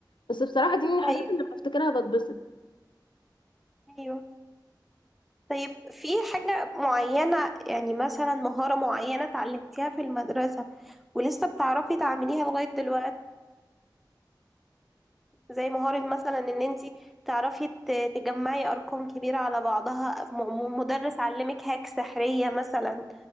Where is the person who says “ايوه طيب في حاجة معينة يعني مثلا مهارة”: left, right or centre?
Centre